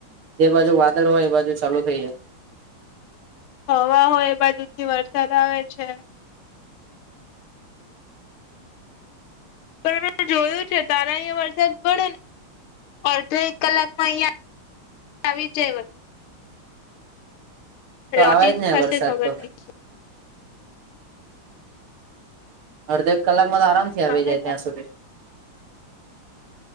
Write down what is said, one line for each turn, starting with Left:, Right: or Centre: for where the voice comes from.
Right: જે બાજુ વાદળ હોય એ બાજુ ચાલુ થઈ જાય.
Left: હવા હોય એ બાજુથી વરસાદ આવે છે. પણ મેં જોયું છે તારા અહીયાં વરસાદ પડે ને. અડધો એક કલાકમાં અહિયાં આવી જવ
Right: તો
Left: લોજિક
Right: આવા જ ને
Left: હશે
Right: વરસાદ
Left: ખબર
Right: તો
Left: નહી
Right: અડધો એક કલાકમાં તો આરામથી આવી
Left: આવે
Right: જાય ત્યાં સુધી